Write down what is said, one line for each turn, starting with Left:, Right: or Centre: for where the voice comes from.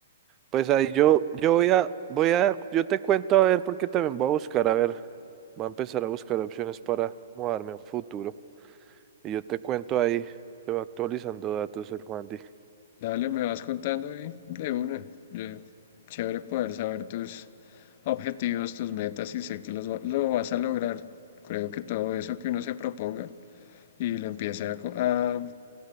Right: Pues ahí yo, yo voy a, voy a, yo te cuento a ver porque también voy a buscar, a ver, voy a empezar a buscar opciones para mudarme a futuro. Y yo te cuento ahí, te va actualizando datos el Juan Di.
Left: Dale, me vas contando y de una. Yo- chévere poder saber tus objetivos, tus metas y sé que los, va- lo vas a lograr. Creo que todo eso que uno se proponga y lo empiece a, co- a